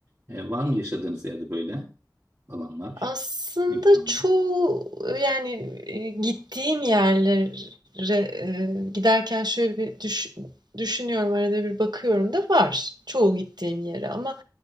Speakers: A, on the right (about 35°); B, on the right (about 70°).
A: E, var mı yaşadığınız yerde böyle alanlar,
B: Aslında
A: imkanlar?
B: çoğu yani, eee, gittiğim yerlere, eee, giderken şöyle bir düş düşünüyorum, arada bir bakıyorum da var çoğu gittiğim yere ama